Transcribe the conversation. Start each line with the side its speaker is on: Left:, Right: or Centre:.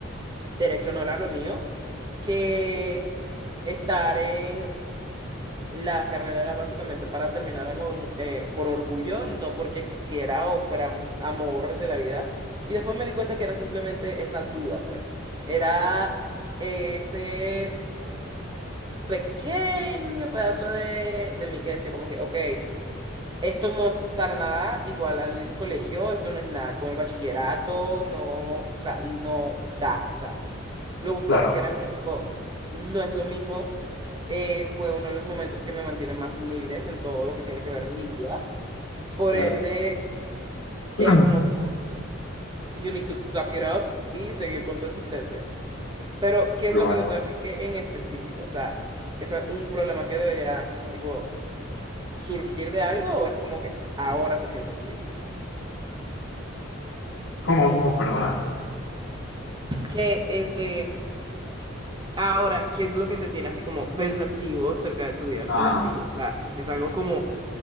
Right: derecho no era lo mío, que estar en La carrera era básicamente para terminar con, eh, por orgullo, no porque quisiera o fuera un amor de la vida. Y después me di cuenta que era simplemente esa duda, pues. Era ese pequeño pedazo de, de mí que decía como que, ok, esto no es para nada igual al colegio, esto no es nada con el bachillerato, no, o sea, no da, o sea, lo buscaba,
Left: Claro,
Right: si era como tipo, no es lo mismo. Eh, fue uno de los momentos que me mantiene más humildes en todo lo que tiene que ver mi vida. Por
Left: claro.
Right: ende, era
Left: <clears throat>
Right: como tipo, you need to suck it up y seguir con tu existencia. Pero, ¿qué
Left: Pero
Right: es lo
Left: bueno,
Right: que te trae así? ¿Qué en específico? O sea, ¿es un problema que debería como tipo surgir de algo o es como que ahora te sientes así?
Left: ¿cómo, cómo, perdón?
Right: Que este, ahora, ¿qué es lo que te tiene así como pensativo acerca de tu vida estudiantil?
Left: Ah,
Right: O sea, ¿es algo como